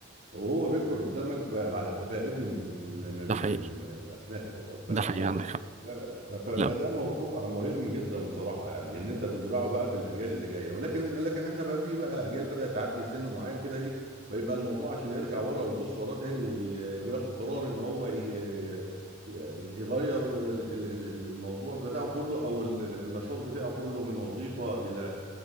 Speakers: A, on the right; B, on the right.
A: وهو بيكبر قدامك بقى, بقى ابن من من من
B: ده
A: من
B: حقيقي
A: من من ابنائك واخد بال
B: ده
A: حضرتك
B: حقيقي عندك حق
A: ف- فده
B: لا
A: موضوع مهم جدا بصراحه يعني ان انت تزرعه بقى في الاجيال اللي جايه ولكن لكن احنا بقى في بقى اجيال بدات تعدي سن معين كده ايه فيبقى الموضوع عشان يرجع ورا ويبص وراه تاني وي- وياخد قرار ان هو ي- ي- يغير ال- ال- ال- الموضوع بتاعه كله او ال- النشاط بتاعه كله من وظيفه الى